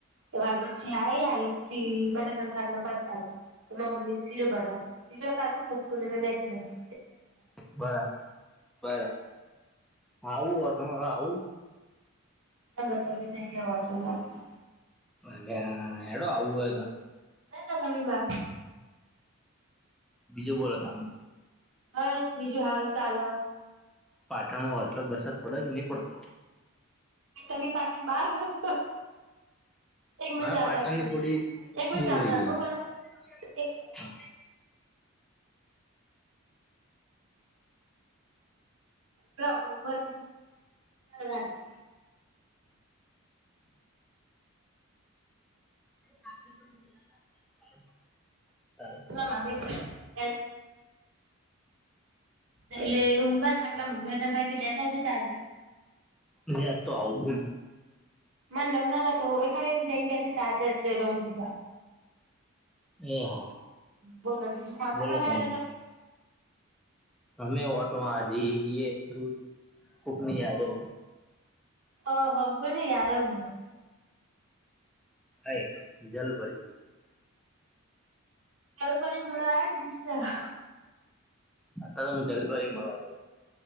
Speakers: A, on the right (about 65°); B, in the centre.
A: તો આગળ થી આઈ આઈ પછી બટાકા ના શાક ભાત ખાદુ તો માર મમ્મી. શીરો બનાતો શીર ખાધો પસપને મેગી બનાઇ.
B: બરા બરા આવું અટ આવું.
A: હ ત જ વા લ <inaudible>
B: અલેઆ હેડું આવું એ તો.
A: ના ના તમે માર.
B: બીજું બોલો તમ.
A: બસ બીજું હારુ ચાલ.
B: પાટણમાં વરસાત બડસાત પડે કે નહી પડતો.
A: તમે પાટણ બહાર રહો છો. એક મનિટ
B: હા
A: ચાલુ
B: પાટણની
A: રાખજે
B: થોડી
A: એક મનિટ
B: દૂર
A: ચાલુ
B: રહી
A: રાખ
B: ગઈ.
A: હો બલા એક. હો બરા ચ <inaudible>
B: <inaudible>
A: મા <inaudible> એટલે ઊંબા ખાટલા મસને <inaudible> ભાઈથી લેતા જ ચાર્જર
B: લેતો આવુ એમ.
A: મને નમના હતો એ ખરે એમ જઈ ગયા છે ચાર્જર એટલે રમ જ
B: એ હા
A: બોલો બીજું કોટામાં
B: બોલો તમને
A: તમે
B: અમે ઓટ આજ દૂર કોકની યાદો
A: ઓ હ કોને દ મ <inaudible>
B: હા એક જલપરી.
A: જલપરી મેળવા ને દિશા.
B: આ તો જલપરી ને મળવા દો.